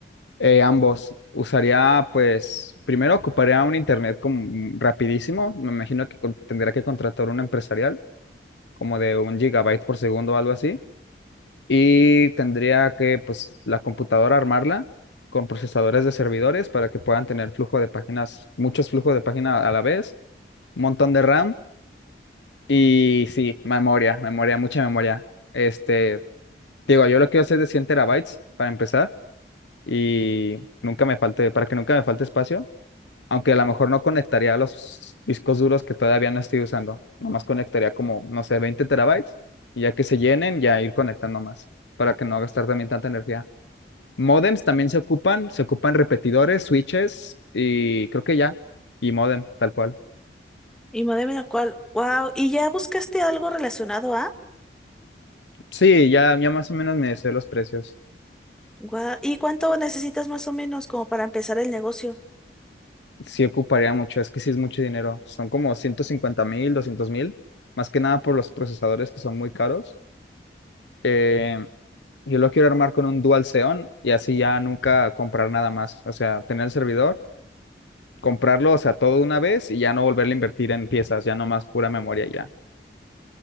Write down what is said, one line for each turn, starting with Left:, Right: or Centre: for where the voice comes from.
Left: Eh, ambos. Usaría, pues, primero ocuparía un internet como mm, rapidísimo. Me imagino que con- tendría que contratar un empresarial, como de un gigabyte por segundo o algo así y tendría que, pues, la computadora armarla con procesadores de servidores para que puedan tener flujo de páginas, muchos flujos de página a la vez, un montón de RAM y sí, memoria, memoria, mucha memoria. Este, digo, yo lo quiero hacer de 100 terabytes para empezar y nunca me falte, para que nunca me falte espacio, aunque a lo mejor no conectaría los discos duros que todavía no estoy usando, nomás conectaría como, no sé, veinte terabytes y ya que se llenen, ya ir conectando más para que no gastar también tanta energía. Modems también se ocupan, se ocupan repetidores, switches y creo que ya, y modem, tal cual.
Centre: Y modem en el cual, wow, ¿y ya buscaste algo relacionado a?
Left: Sí, ya, ya más o menos me sé los precios.
Centre: Guau, ¿Y cuánto necesitas más o menos como para empezar el negocio?
Left: Sí ocuparía mucho, es que sí es mucho dinero. Son como 150 mil, 200 mil, más que nada por los procesadores que son muy caros. Eh, yo lo quiero armar con un Dual Xeon y así ya nunca comprar nada más. O sea, tener el servidor, comprarlo, o sea, todo de una vez y ya no volverle a invertir en piezas, ya nomás pura memoria y ya.